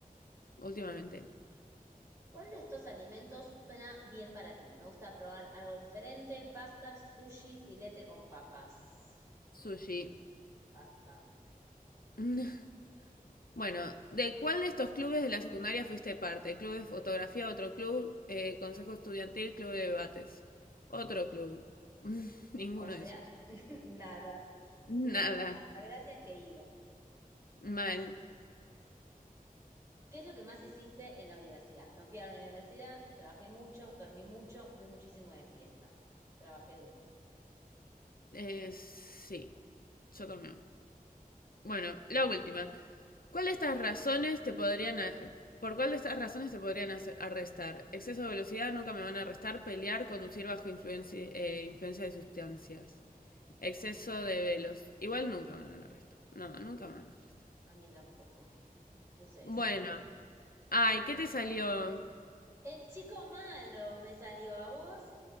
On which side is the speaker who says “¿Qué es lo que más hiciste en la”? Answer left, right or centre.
Right